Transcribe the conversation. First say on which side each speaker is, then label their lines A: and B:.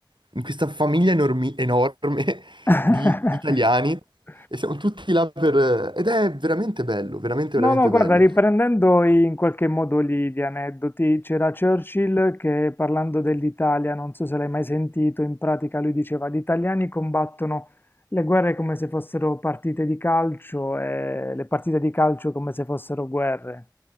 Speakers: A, on the right; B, on the left.
A: in questa famiglia enormi- enorme
B: <laughs>
A: <laughs> di italiani e siamo tutti là per... ed è veramente bello, veramente,
B: No,
A: veramente
B: no, guarda,
A: bello.
B: riprendendo i- in qualche modo gli, gli aneddoti, c'era Churchill che parlando dell'Italia, non so se l'hai mai sentito, in pratica lui diceva gli italiani combattono le guerre come se fossero partite di calcio e le partite di calcio come se fossero guerre.